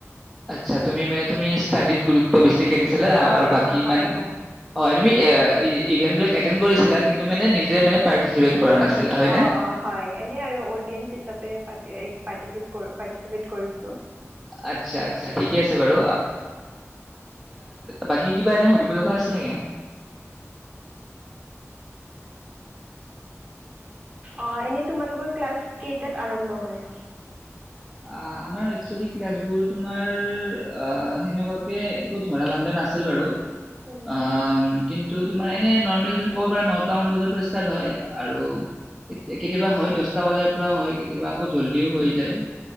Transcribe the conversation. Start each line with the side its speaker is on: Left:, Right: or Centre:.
Centre: আচ্ছা তুমি মানে তুমি ষ্টাডিত গুৰুত্ব বেছিকে দিছিলা
Right: অ',
Centre: বাকী
Right: অ',
Centre: ইমান
Right: হয়, হয়।
Centre: হয় তুমি ইভেণ্টবিলাক এটেণ্ড কৰিছিলা কিন্তু মানে নিজে মানে পাৰ্টিচিপেট কৰা নাছিলা হয়নে?
Right: অ অ হয় এনে আৰু অডিয়েন্ঞ্চ হিচাপে পা পাটিছিপ ক পাৰ্টিচিপেট কৰিছো
Centre: আচ্ছা আচ্ছা ঠিকে আছে বাৰু বাকী কিবা এনে সুধিব লগা আছিল নেকি
Right: অ এনে তোমালোকৰ ক্লাছ কেইটাত আৰম্ভ হয়
Centre: অ আমাৰ একচুৱেলি ক্লাছবোৰ তোমাৰ অ সেনেকুৱাকে একো ধৰা বান্ধা নাছিল বাৰু
Right: উম,
Centre: অমম্ কিন্তু তোমাৰ এনে নৰ্মেল তুমি ক'ব পাৰা নটা মান বজাৰ পৰা ষ্টাৰ্ট হয় আৰু কেতিয়াবা হয় দহটা বজাৰ পৰা হয় কেতিয়াবা আকৌ জল্দিও হৈ যায়